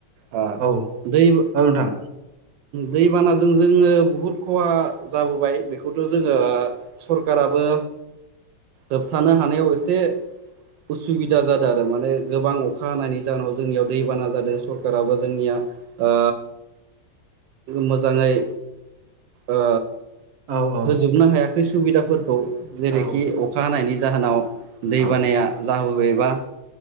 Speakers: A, on the right (about 80°); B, on the right (about 60°).
A: ओ
B: औ
A: दैब
B: औ नोंथां
A: दैबानाजों जोङो बुहुद खहा जाबोबाय बेखौथ' जोङो सरकारा बो होबथानो हानायाव एसे उसुबिदा जादों आरो माने गोबां अखा अखा हानायनि जाहोनाव जोंनियाव दैबाना जादों सरखाराबो जोंनिया ओ मोजाङै ओ
B: औ औ
A: होजोबनो हायाखै सुबिदाफोर खौ जेरैखि
B: औ
A: अखा हानायनि जाहोनाव दै
B: औ
A: बानाया जाबोबायबा